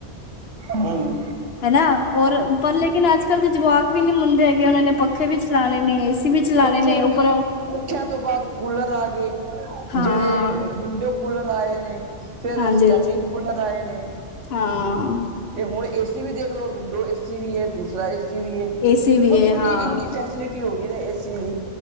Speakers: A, on the right; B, on the left.
A: ਹੂੰ।
B: ਹਨਾ ਓਰ ਪਰ ਲੇਕਿਨ ਅੱਜ ਕੱਲ੍ਹ ਦੇ ਜਵਾਕ ਵੀ ਨੀ ਮੰਨਦੇ ਹੈਗੇ ਓਨਾਂ ਨੇ ਪੱਖੇ ਵੀ ਚਲਾਣੇ ਨੇ ਏਸੀ ਵੀ ਚਲਾਣੇ
A: ਪਖੇ
B: ਨੇ
A: ਵੀ
B: ਉੱਪਰੋਂ
A: ਪੱਖੇਆਂ ਤੋਂ ਬਾਦ ਕੂਲਰ ਆ ਗਏ।
B: ਹਾਂ
A: ਜੇੜ੍ਹੇ ਵਿੰਡੋ ਕੂਲਰ ਆਏ ਨੇ। ਫੇਰ
B: ਹਾਂਜੀ
A: ਸਟੈਂਡਿੰਗ
B: ਹਾਂਜੀ
A: ਕੂਲਰ ਆਏ ਨੇ।
B: ਹਾਂ
A: ਤੇ ਹੁਣ ਏਸੀ ਵੀ ਦੇਖ ਲੋ ਵਿੰਡੋ ਏਸੀ ਵੀ ਐ ਦੂਸਰਾ ਏਸੀ ਵੀ ਰ
B: ਏਸੀ ਵੀ
A: ਮਤਲਬ
B: ਹੈ ਹਾਂ
A: ਕੀ ਇਨ ਫੈਸਿਲਿਟੀ ਹੋ ਗਈ ਨਾ ਏਸੀ ਦੀ।